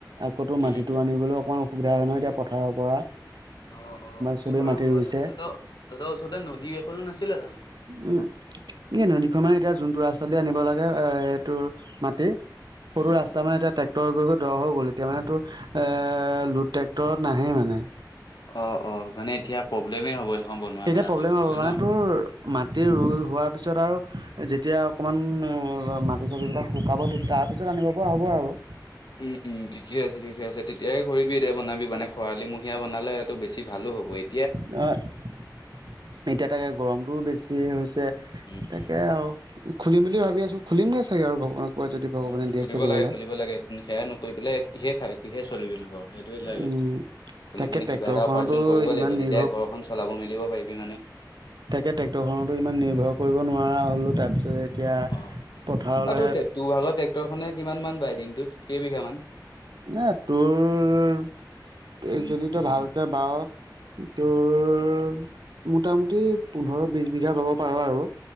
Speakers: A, on the right; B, on the left.
A: আকৌ
B: উম,
A: মাটিতটো
B: উম,
A: আনিবলৈ অকণমান অসুবিধা হয় নহয় এতিয়া পথাৰৰ পৰা
B: অ', অ', সেইটো
A: চবেই
B: বাৰু
A: মাটি
B: হয়
A: ৰুইছে
B: কথাতো ত তহত ওচৰতে নদী এখনো নাছিলে জানো
A: উম এই নদীখনৰ এতিয়া যোনটো ৰাস্তা দে আনিব লাগে অ সেইটো মাটি সৰু
B: উম,
A: ৰাস্ত
B: উম।
A: মানে এতিয়া ট্ৰেক্টৰ গৈ গৈ দ হৈ গ'ল এতিয়া মানে তো এ লুড ট্ৰেক্টৰত নাহেই মানে
B: অ অ মানে এতিয়া প্ৰব্লেমেই হ'ব সেইখন বনোৱা
A: এতিয়া
B: মেলা
A: প্ৰব্লেম
B: কৰিবলৈ
A: হ'ব
B: হ'লে
A: মানে
B: ন?
A: তোৰ মাটি ৰুই হোৱাৰ পিছত আৰু যেতিয়া অকমান মাটি চাটিবিলাক শুকাব তেতিয়া তাৰপিছত আনিব পৰা হ'ব আৰু
B: উম উম ঠিকে আছে ঠিকে আছে তেতিয়াহে কৰিবি এ দেয়া বনাবি মানে খৰালিমহীয়া বনালেটো বেছি ভালো হ'বয়া
A: এতিয়া তাকে গৰমটোও বেছি যি হৈছে
B: উম
A: তাকে
B: উম
A: আৰু খুলিম বুলি
B: উম
A: ভাবি আছোঁ খুলিমগৈ চাগৈ আৰু ভগৱানক কোৱা যদি ভগৱানে
B: উম
A: দিয়ে
B: খুধিব
A: খুলিবলৈ
B: লাগে খুলিব লাগে সেয়া নকৰি পেলাই কিহে খ কিহে চলিবি বাৰু সেইটোৱে লাগে
A: উম,
B: খুলি
A: তাকে
B: পিনি
A: ট্ৰেক্টৰখনতো
B: কিবা এটা উপাৰ্জন কৰিব
A: ইমান
B: লাগিব
A: নিৰ্ভৰ
B: তেতিয়ে ঘৰখন চলাব মেলিব পাৰিবি মানে
A: তাকে ট্ৰেক্টৰখনতো ইমান নিৰ্ভৰ কৰিব নোৱাৰা হ'লোঁ তাৰপিছত এতিয়া
B: অ অ
A: পথাৰলৈ
B: ত তোৰ ভাগৰ ট্ৰেক্টৰখনে কিমান মান বাই দিনটোত কেইবিঘা মান
A: ন তোৰ যদি তই ভালকে বৰো তোৰ মোটামুটি পোন্ধৰ বি বিঘা পাব পাৰো আৰু